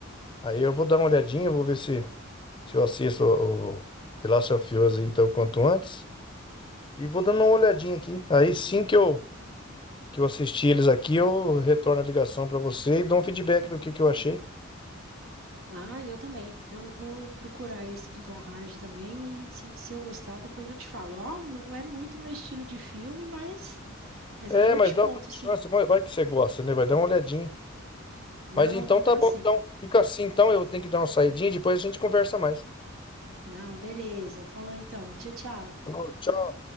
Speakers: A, on the left; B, on the right.
A: Aí eu vou dar uma olhadinha, vou ver se, se eu assisto o, o The Last of Us, então, quanto antes. E vou dando uma olhadinha aqui. Aí sim que eu que eu assisti eles aqui, eu retorno a ligação pra você e dou um feedback do que, que eu achei.
B: ah, eu também. Eu vou procurar esse do Tom Hardy também. E se, se eu gostar, depois eu te falo. Ó, não é muito meu estilo de filme, mas, mas
A: É,
B: aí eu
A: mas
B: te
A: dá
B: conto,
A: dá uma chance,
B: sim.
A: vai vai que você gosta, né? Vai dar uma olhadinha.
B: Não,
A: Mas então
B: vou dar
A: tá bom,
B: sim.
A: então. Fica assim, então eu tenho que dar uma saidinha e depois a gente conversa mais.
B: Não, beleza. Falou então. Tchau, tchau.
A: Tá bom, Tchau.